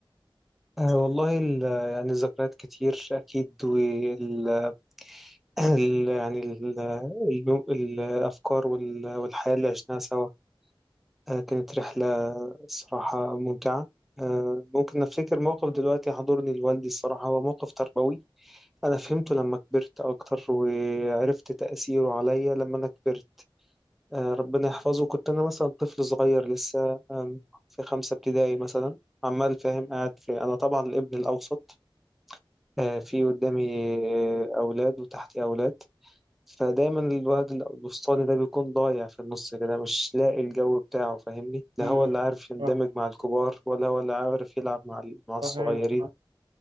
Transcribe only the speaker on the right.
مم.
صح-
صحيح